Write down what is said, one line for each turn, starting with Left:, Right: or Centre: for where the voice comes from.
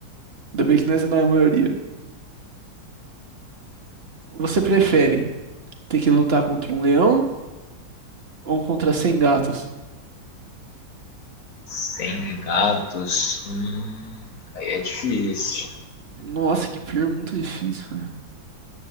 Right: Ainda bem que nós não é a maioria. Você prefere ter que lutar contra um leão ou contra 100 gatos?
Left: Sem gatos. Hum, aí é difícil.
Right: Nossa, que pergunta difícil, né?